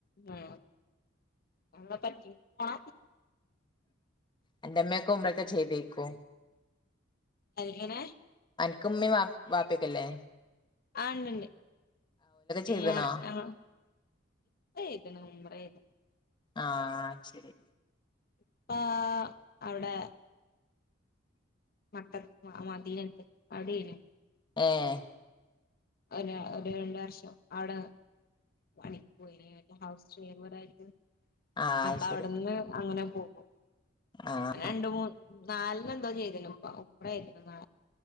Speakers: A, on the left; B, on the left.
A: ആ എന്ന പറ്റി പോണ
B: അന്റെ ഉമ്മ ക്കെ ഹുംറ ക്കെ ചെയ്തേക്കു
A: അതിങ്ങനെ <unintelligible>
B: ന്ക്ക് ഇമ്മിമ്മീം വാപ്പേക്കല്ലേ?
A: ആണ്ട്ണ്ട്.
B: ചെയ്തണോ
A: ഏഹ് ആഹ് ഉംറയ്തിനു <unintelligible>
B: ആഹ ശരി
A: ഇപ്പ.. അവിടെ മട്ട മദീനത്ത് അവിടേനി
B: എഹ്.
A: ന്നെ ഒര് ഒരു രണ്ട്വർഷം അവിടെ പണി പോയി <unintelligible>
B: ആഹ്
A: അപ്പൊ
B: ശരി
A: അവിടെന്ന് അങ്ങനെ പോകും.
B: ആഹ്
A: രണ്ട് മൂന്ന് നാലിന് എന്തോ ചെയ്ത് ന് ഉപ്പ <unintelligible> നാ